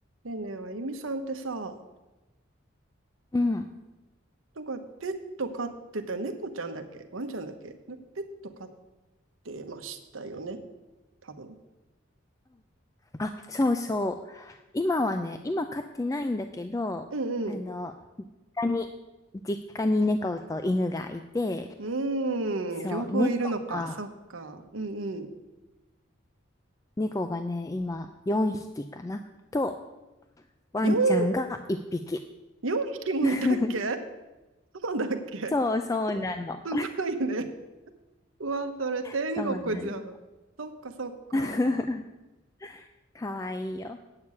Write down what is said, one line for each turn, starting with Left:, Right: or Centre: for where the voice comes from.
Right: ねえねえ、あゆみさんってさ、
Left: うん。あ、
Right: なんかペット飼ってた、猫ちゃんだっけワンちゃんだっけなペット飼ってましたよね多分。
Left: あ、そうそう。今はね、今飼ってないんだけど、
Right: うんうん。
Left: あの、実家に、実家に猫と犬がいて、
Right: うーん、
Left: そう、
Right: 両方いるのか。
Left: 猫が、
Right: そっか。うんうん。
Left: 猫がね、今4匹かな。と、ワンちゃんが1匹。
Right: 4、4匹もいたっけ
Left: <laughs>
Right: そうだっけ
Left: そうそうなの。
Right: すごいね。うわ、それ天国じゃん。
Left: そうなの。
Right: そっかそっか。
Left: <laughs> かわいいよ。